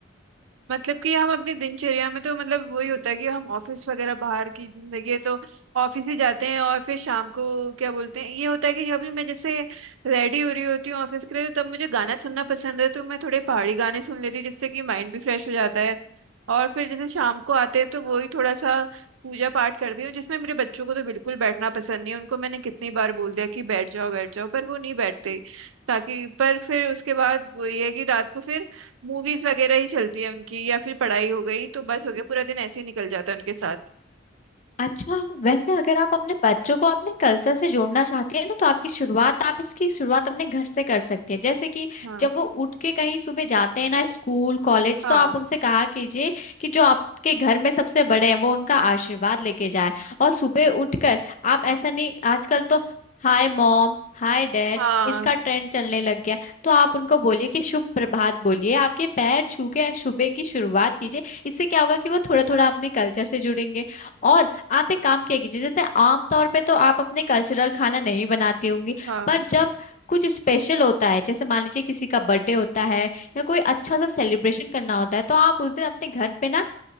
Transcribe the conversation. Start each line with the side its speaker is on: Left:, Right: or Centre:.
Right: मतलब कि हम अपनी दिनचर्या में तो मतलब वही होता है कि हम ऑफिस वगैरह बाहर की जिंदगी है तो ऑफिस ही जाते हैं और फिर शाम को क्या बोलते हैं ये होता है कि अभी मैं जैसे रेडी हो रही होती हूँ ऑफिस के लिए तो तब मुझे गाना सुनना पसंद है तो मैं थोड़े पहाड़ी गाने सुन लेती हूँ जिससे कि माइंड भी फ्रेश हो जाता है और फिर जैसे शाम को आते हैं तो वही थोड़ा सा पूजा पाठ करती हूँ जिसमें मेरे बच्चों को तो बिल्कुल बैठना पसंद नहीं है उनको मैंने कितनी बार बोल दिया कि बैठ जाओ बैठ जाओ पर वो नहीं बैठते ताकि पर फिर उसके बाद वो ये है कि रात को फिर मूवीज वगैरह ही चलती है उनकी या फिर पढ़ाई हो गई तो बस हो गया पूरा दिन ऐसे ही निकल जाता है उनके साथ
Left: अच्छा वैसे अगर आप अपने बच्चों को अपने कल्चर से जोड़ना चाहती है ना तो आपकी शुरुआत आप इसकी शुरुआत अपने घर से कर सकती है जैसे कि
Right: हाँ
Left: जब वो उठ के कहीं सुबह जाते हैं ना स्कूल कॉलेज
Right: हाँ
Left: तो आप उनसे कहा कीजिए कि जो आपके घर में सबसे बड़े हैं वो उनका आशीर्वाद लेके जाए और सुबह उठकर आप ऐसा नहीं आजकल तो हाय मॉम हाय डैड
Right: हाँ
Left: इसका ट्रेंड चलने लग गया तो आप उनको बोलिए कि शुभ प्रभात बोलिए आपके पैर छू के सुबह की शुरुआत कीजिए इससे क्या होगा कि वो थोड़ा थोड़ा अपने कल्चर से जुड़ेंगे और आप एक काम किया कीजिए जैसे आमतौर पे तो आप अपने कल्चरल खाना नहीं बनाती होंगी
Right: हाँ
Left: पर जब कुछ स्पेशल होता है जैसे मान लीजिए किसी का बर्थडे होता है या कोई अच्छा सा सेलिब्रेशन करना होता है तो आप उस दिन अपने घर पे ना